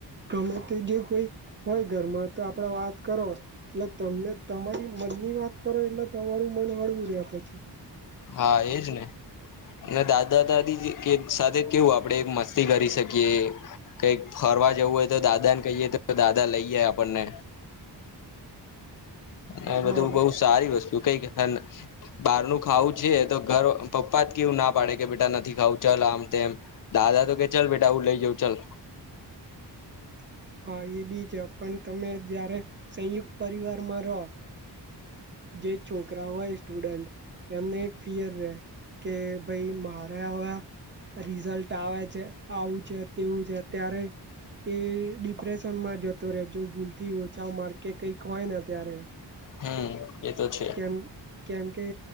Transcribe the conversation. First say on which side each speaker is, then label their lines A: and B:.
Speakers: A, on the right; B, on the left.
A: ગમે તે જે કોઈ હોય ઘરમાં તો આપડે વાત કરો એટલે તમને તમારી મનની ની વાત કરો એટલે તમારું મન હળવું રહે પછી
B: હા એજ ને દાદા દાદી સાથે કેવું આપડે મસ્ત કરી શકીએ કંઈક ફરવા જવું હોય તો દાદા ને કહીએ તો દાદા લઈ જાય આપણને હ
A: હા
B: બધું બહ સારી વસ્તુ કઈક બહાર ન ખાવું છે તો ઘર પપ્પા જ કેવું ના પાડે કે બેટા નથી ખાવું ચલ આમ તેમમ દાદા તો કે ચલ બેટા હું લઈ જાઉ ચાલ
A: <inaudible> હા એ બી છે પણ તમે જારે સંયુક્ત પરિવારમાં રહો જે છોકરા હોય સ્ટુડન્ટ એમને એક ફિયર રહેે કે ભાઈ માાર્યા હોયા રિઝલ્ટ આવે છે આવું છે તેવું છે ત્યારે એ ડિપ્રેશન માં જતો રહેે જો ભૂલથી ઓછા માર કે કઈક હોય ને ત્યારે
B: હમ એ તો છે
A: કેમ કેમ કે